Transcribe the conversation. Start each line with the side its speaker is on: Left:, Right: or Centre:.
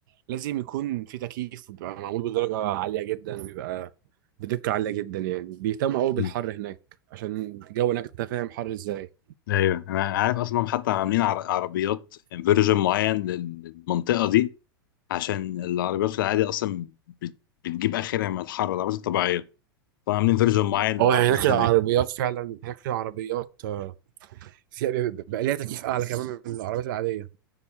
Right: لازم يكون فيه تكييف وبيبقى معمول بدرجه عاليه جدا وبيبقى بدقه عاليه جدا يعني بيهتموا قوي بالحر
Left: مم.
Right: هناك عشان الجو هناك انت فاهم حر ازاي
Left: ايوه انا عارف اصلا حتى عاملين عر- عربيات فيرجن معين لل- للمنطقه دي عشان العربيات في العادي اصلا بت- بتجيب اخرها من الحر العربيات الطبيعيه فعاملين فيرجن معين
Right: اه
Left: للعربيات
Right: يعني هناك العربيات
Left: هناك
Right: فعلا هناك في عربيات آه، فيها بيبقى بيبقى ليها تكييف اعلى كمان من العربيات العاديه